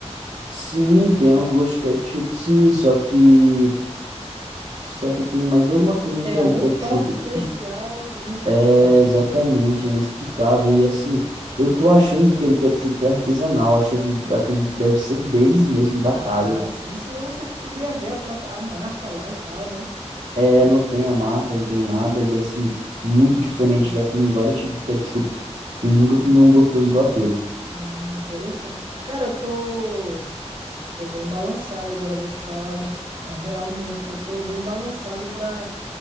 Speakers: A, on the right; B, on the right.
A: Sim, tem um gosto de ketchup, sim, só que. Só que tem mais alguma coisa naquele
B: Tem algum
A: de ketchup.
B: toque especial inexplicável.
A: É exatamente, é inexplicável. E assim, eu tô achando que aquele ketchup é artesanal, acho que, acredito que deve ser deles mesmo, da
B: Ah,
A: casa.
B: sim, senão você conseguiria ver a própria a marca lá e tal, né?
A: É,
B: Ca-
A: não tem a marca, não tem nada, e assim, muito diferente. Já comi vários tipos de ketchup e nunca comi um gostoso igual aquele.
B: Hum, interessante. Cara, eu tô Tô bem balançado agora, eu vou te falar a real mesmo, que eu tô bem balançado pra,